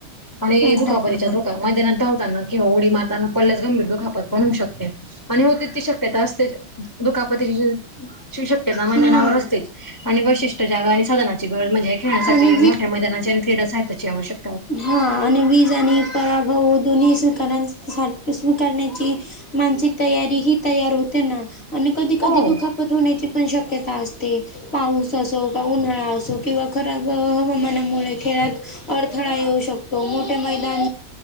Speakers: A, on the left (about 20°); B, on the left (about 35°).
A: आणि
B: एकदम
A: दुखापरीच्या
B: बरोबर
A: दुखा मैदानात धावताना किंवा उडी मारताना पडल्यास गंभीर दुखापत पण होऊ शकते. आणि होते ती शक्यता असतेच, दुखापतीची शक्यता मैदानावर
B: हम्म
A: असते. आणि वैशिष्ट्य जागा, आणि साधनाची गरज म्हणजे खेळण्यासाठी
B: आणि
A: मोठ्या मैदानाची आणि क्रीडा साहित्याची आवश्यक
B: हां आणि वीज आणि पराभव दोन्ही स्वीकारां- स्वीकारण्याची मानसिक तयारी ही तयार होते ना आणि कधी-कधी
A: हो.
B: दुखापत होण्याची पण शक्यता असते. ते पाऊस असो, का उन्हाळा असो किंवा खराब हवामानामुळे खेळात अडथळा येऊ शकतो, मोठे मैदान